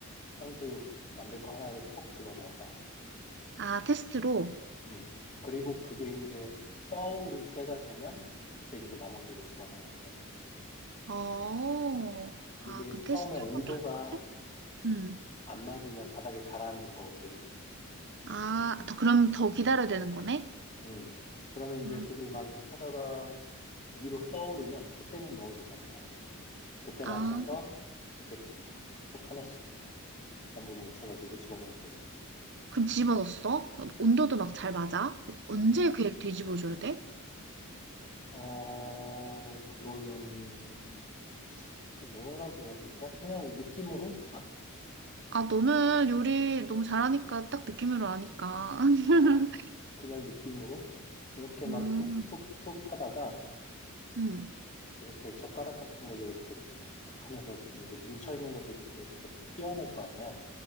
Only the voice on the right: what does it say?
아, 테스트로.
어.
아, 그럼 테스트로
좀 음.
아, 더 그럼 더 기다려야 되는 거네?
음.
아.
그럼 집어넣었어? 온도도 막 잘 맞아? 언제
그 애를 뒤집어줘야 돼?
아, 너는 요리 너무 잘하니까 딱 느낌으로 아니까. <laughs>
음,
음,